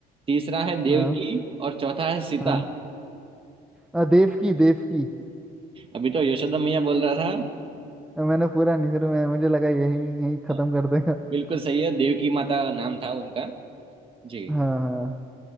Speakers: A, on the right (about 30°); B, in the centre.
A: तीसरा है देवकी
B: हाँ
A: और चौथा है सीता
B: हाँ अ, देव की देव की
A: अभी तो यशोदा मैया बोल रहा था
B: अ, मैंने पूरा नहीं फिर मैं मुझे लगा यही यही खत्म
A: हाँ,
B: कर देगा
A: बिल्कुल सही है देवकी माता नाम था उनका जी
B: हाँ हाँ